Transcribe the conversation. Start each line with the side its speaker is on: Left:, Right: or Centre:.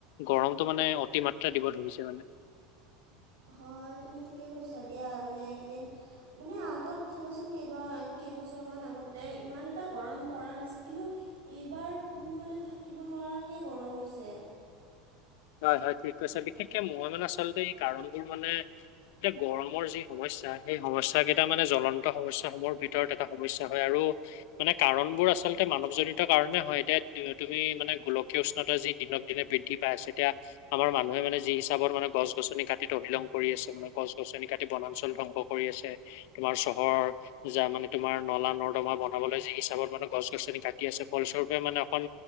Left: গৰমটো মানে অতিমাত্ৰা দিব ধৰিছে মানে
Right: হয় তুমি ঠিকে কৈছা দিয়া মানে এইকেইদিন মানে আগত চাবচোন কেইবা কেইবছৰমান আগতে ইমান এটা গৰম পৰা নাছিল কিন্তু এইবাৰ মানে থাকিব নোৱাৰাকে গৰম হৈছে
Left: হয় হয় ঠিক কৈছে বিশেষকে মই মানে আচলতে এই কাৰণবোৰ মানে এতিয়া গৰমৰ যি সমস্যা সেই সমস্যা কেইটা মানে জ্বলন্ত সমস্যাস সমূহৰ ভিতৰত এটা সমস্যা হয় আৰু মানে কাৰণ বোৰ আচলতে মানৱজনিত কাৰণেতে হয় এতিয়া তুমি মানে গোল উষ্ণতা যি দিনক দিনে বৃদ্ধি পাই আছে এতিয়া আমাৰ মানুহে মানে যি হিচাপত মানে গছ গছনি কাটিত অভিলং কৰি আছে মানে গছ গছনি কাটি বনাঞ্চল ধ্বংস কৰি আছে তোমাৰ চহৰৰ য মানে তোমাৰ নলা নৰ্দমা ব বনাবলৈ যি হিচাপত মানে গছ গছনি কাটি আছে ফলসৰূপে মানে অকণ